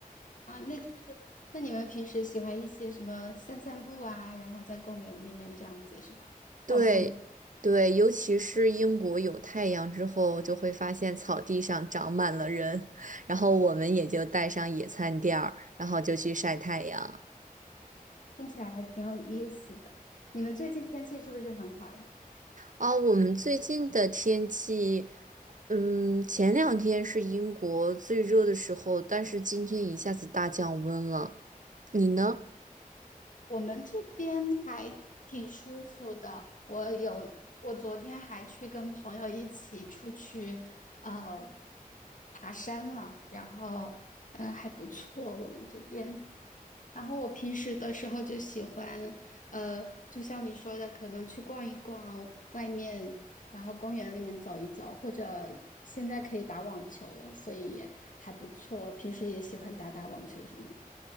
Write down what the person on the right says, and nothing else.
对对，
尤其是英国有太阳之后，就会发现草地上长满了人，然后我们也就带上野餐垫儿，然后就去晒太阳。
哦，我们最近的天气，嗯，前两天是英国最热的时候，但是今天一下子大降温了。你呢？